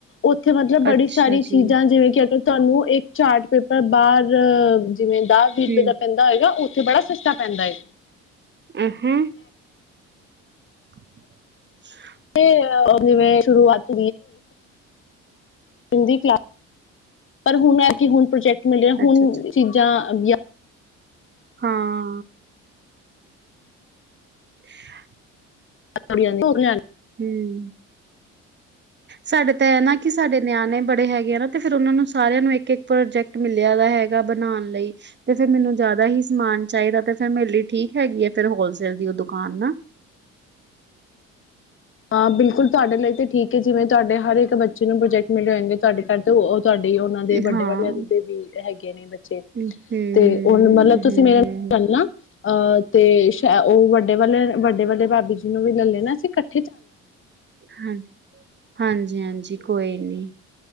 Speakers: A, on the left (about 35°); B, on the right (about 30°).
A: ਓੱਥੇ ਮਤਲਬ ਬੜੀ
B: ਅੱਛਾ
A: ਸਾਰੀ
B: ਜੀ
A: ਚੀਜਾ ਜਿਵੇਂ ਕਿ ਅਗਰ ਤੁਆਨੂੰ ਇੱਕ ਚਾਰਟ ਪੇਪਰ ਬਾਰ ਜਿਵੇਂ ਦਾਹ-ਵੀਹ ਰੁਪਏ
B: ਹੂੰ
A: ਦਾ ਪੈਂਦਾ ਹੋਏਗਾ ਉ ਥੇ ਬੜਾ ਸਸਤਾ ਪੈਂਦਾਂ ਏ।
B: ਅਹ ਹ <inaudible>
A: ਤੇ ਜਿਵੇਂ ਸ਼ੁਰੂਆਤ ਹੁਂਦੀ <unintelligible> ਪਰ ਹੁਨ ਏ ਕਿ ਹੁਣ ਪ੍ਰੋਜੈਕਟ ਮਿਲਿਆ ਹੁਨ
B: ਅੱਛਾ ਅੱਛਾ
A: ਚੀਜਾ ਅਗਿਆ
B: ਹਾਂ <inaudible>
A: <unintelligible>
B: ਹੂੰ, ਸਾਡੇ ਤਾ ਏਹ ਨਾ ਕਿ ਸਾਡੇ ਨਿਆਣੇ ਬੜੇ ਹੈਗੇ ਆ ਨਾ, ਤੇ ਫੇਰ ਉਨਾ ਨੂੰ ਸਾਰੇਆਂ ਨੂੰ ਇੱਕ ਇੱਕ ਪ੍ਰੋਜੈਕਟ ਮਿਲਿਆ ਦਾ ਹੈਗਾ ਬਨਾਨ ਲਈ, ਤੇ ਫੇਰ ਮੈਨੂੰ ਜਾਦਾ ਹੀ ਸਮਾਨ ਚਾਈਦਾ ਤੇ ਫਿਰ ਮੇਰੇ ਲਈ ਠੀਕ ਹੈਗੀ ਆ ਫਿਰ ਹੋਲਸੇਲ ਦੀ ਉ ਦੁਕਾਨ ਨਾ
A: ਹਾਂ, ਬਿਲਕੁਲ ਤੁਆਡੇ ਲਈ ਤੇ ਠੀਕ ਹੈ ਜਿਵੇਂ ਤੁਆਡੇ ਹਰ ਇੱਕ ਬੱਚੇ ਨੂੰ ਪ੍ਰੋਜੈਕਟ ਮਿਲੇ ਹੋਗੇ ਤੁਆਡੇ ਘਰ ਤੇ ਤੁਆਡੀ ਓਨਾਂ ਦੇ ਵੱਡੇ
B: ਹਾਂ
A: ਵਾਲਿਆਂ ਦੇ ਵੀ ਹੈਗੇ ਨੇ ਬੱਚੇ,
B: ਹੂੰ ਹੂੰ
A: ਤੇ ਓਨਾ ਨਾਲ ਤੁਸੀਂ,
B: ਹੂੰ
A: <unintelligible> ਮੇਰੇ
B: ਹੂੰ
A: ਗੱਲ ਨਾ ਅਹ ਤੇਸ਼ ਐ ਓ, ਵੱਡੇ ਵਾਲੇ-ਵੱਡੇ ਵਾਲੇ ਭਾਬੀ ਜੀ ਨੂੰ ਵੀ ਲਲੇ ਨਾ, ਅਸੀਂ ਕੱਠ
B: ਹਾਂਜੀ, ਹਾਂਜੀ-ਹਾਂਜੀ ਜੀ ਕੋਈ ਨੀ,